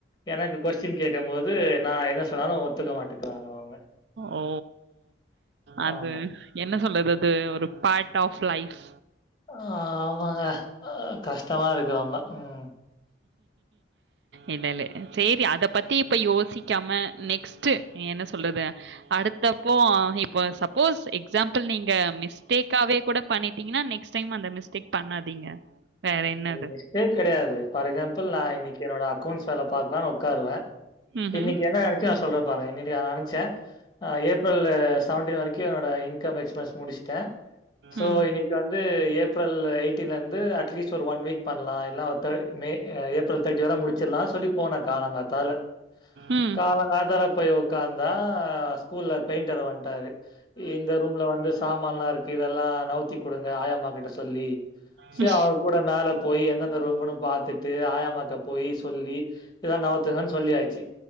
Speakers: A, on the left (about 25°); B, on the right (about 70°).
A: எனக்கு கொஸ்டின் கே க்கு போது நா எத சொன்னாலு ஒத்துக்க மாட்டுக்கிறாங்க அவுங்க
B: ஓ அது
A: ஆமா.
B: என்ன சொல்றது அது ஒரு பார்ட் ஆஃப் லைஃப்
A: ஆமாங்க கஷ்டமா இருக்கு ரொம்போ உம்
B: இல்லல செரி அத பத்தி இப்ப யோசிக்காம நெக்ஸ்ட்டு என்ன சொல்றது அடுத்தப்போ இப்ப சப்போஸ் எக்ஸாம்பிள் நீங்க மிஸ்டேக்காவே கூட பண்ணிட்டீங்கனா நெக்ஸ்ட் டைம் அந்த மிஸ்டேக் பண்ணாதீங்க வேற என்னது?
A: அது மிஸ்டேக் கெடையாது ஃபார் எக்ஸாம்பிள் நா இன்னிக்கு என்னோட அக்கவுண்ட்சு வேல பாக்கலான்னு ஒக்காருவ
B: ம்ஹ்ம்.
A: இன்னிக்கு என்ன நெனச்சே நா சொல்றே பாறே இன்னிக்கு நா நெனச்சே அ ஏப்ரல் செவன்டீன் வரைக் கி என்னோட இன்கம் எக்ஸ்பன்ஸ் முடிச்ட்டே சோ
B: ம்.
A: இன்னிக் கு வந்து ஏப்ரல் எயிட்டின்ல இருந்து அட்லீஸ்ட் ஒரு ஒன் வீக் பண்லா இல்ல ஒ த மே ஏப்ரல் தேர்ட்டி வர முடிச்சுட்லா சொல்லி போனே காலங்காத்தால
B: ம்.
A: காலங்காத்தால போய் உக்காந்தா ஸ்கூல்ல பெயிண்டர் வந்ட்டாரு இந்த ரூம்ல வந்து சாமான்ல்லா இருக்கு இதெல்லா நவுத்தி குடுங்க ஆயாம்மா கிட்ட சொல்லி சரி
B: ம்.
A: அவர் கூட மேல போய் எந்தெந்த ரூம்புன்னு பாத்துட்டு ஆயாமாக்க போய் சொல்லி இத நவுத்துங்கன்னு சொல்லி ஆச்சு